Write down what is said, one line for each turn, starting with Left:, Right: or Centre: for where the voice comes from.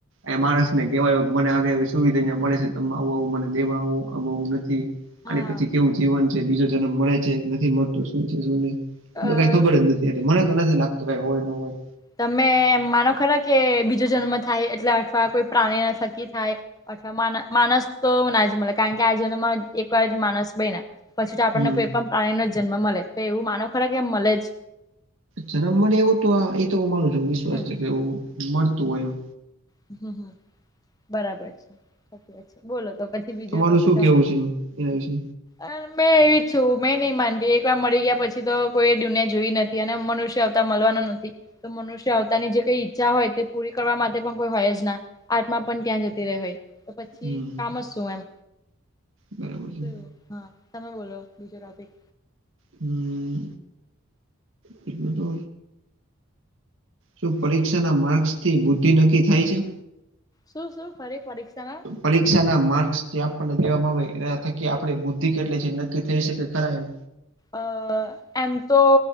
Right: એ માણસને કેહેવાય કે મને આવી આવી સુવિધા જ્યાં મળે છે ત આવું આવું મને દેવા આવ આવું નથી
Left: હા
Right: આને પછી કેવું જીવન છે બીજો જન્મ મળે છે નથી મળતો શું છે શું નહિ
Left: અ
Right: એ તો કઈ ખબર જ ન એટલે મને તો નથી લાગતું કાઈ હોય ન હોય
Left: તમે માનો ખરા કે બીજો જન્મ થાય એટલે અથવા કોઈ પ્રાણી ના થકી થાય અથવા માન માણસ તો ના જ મલે કારણ કે આ જનામાં એક વાર માણસ બઈના. પછી તો આપણને
Right: હમ
Left: કોઈ પણ પ્રાણીનો જન્મ મળે તો એવું માનો ખરે કે એમ મલે જ
Right: જનમ મળે એવું તો એ તો હું માનું છું વિશ્વાસ
Left: હમ
Right: છે કે એવું મળતું હોય એમ.
Left: હમ્મ હમ્મ બરાબર છે. તો કે છે બોલો તો પછી બીજો
Right: તમારું
Left: ટોપિક
Right: શું
Left: કાહો.
Right: કેવું છે એના વિશે
Left: અહ મેં એવી જ છું મેં નહી માનતી એક વાર મળી ગયા પછી તો કોઈ દુનિયા જોઈ ન થી અને મનુષ્ય આવતા મળવાનો નથી તો મનુષ્ય અહ આવતાની જે કઈ ઈચ્છા હોય તે પૂરી કરવા માટે પણ કોઈ હોય જ ના આર્ટમાં પણ ત્યાં જતી રહી હોય તો પછી
Right: હમ
Left: કામ જ શું એમ.
Right: બરાબર છે
Left: તો હા તમે બોલો બીજો ટાપિક.
Right: હમ્મ, બીજો તો શું પરીક્ષા ના માર્કસ થી બુદ્ધિ નક્કી થાય છે?
Left: શું શું ફરી પરીક્ષા ના
Right: પરીક્ષા ના માર્ક્સ જે આપણને દેવામાં આવે એના થકી આપડે બુદ્ધિ કેટલી છે નક્કી થઈ શકે ખરા એમ?
Left: અહ એમ તો